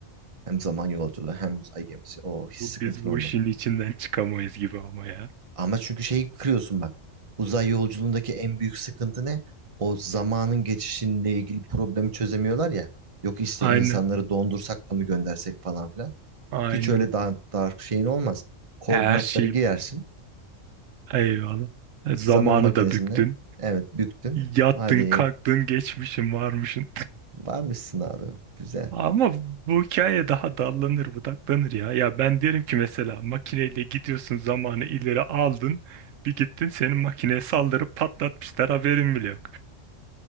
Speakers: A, on the right; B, on the right.
A: Hem zaman yolculuğu hem uzay gemisi. O
B: <laughs>
A: hiç sıkıntın
B: bu- biz bu
A: olmaz.
B: işin içinden çıkamayız gibi ama ya.
A: Ama çünkü şeyi kırıyorsun bak. Uzay yolculuğundaki en büyük sıkıntı ne? O zamanın geçişinle ilgili problemi çözemiyorlar ya. Yok işte
B: Aynen.
A: insanları dondursak da mı göndersek falan filan.
B: Aynen.
A: Hiç öyle daha dark şeyin olmaz. Koordinatları
B: E, Her şey
A: girersin.
B: eyvallah. E, Zamanı
A: Zaman makinesinde
B: da büktün.
A: evet büktün.
B: Yattın,
A: Hadi
B: kalktın, geçmişin varmışın.
A: varmışsın abi. Güzel.
B: Ama bu hikaye daha dallanır budaklanır ya. Ya ben derim ki mesela makineyle gidiyorsun zamanı ileri aldın. Bir gittin senin makineye saldırıp patlatmışlar haberin bile yok.